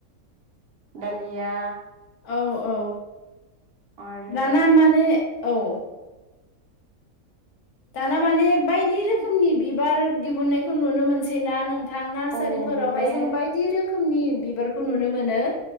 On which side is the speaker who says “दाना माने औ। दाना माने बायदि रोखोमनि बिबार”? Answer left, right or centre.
Left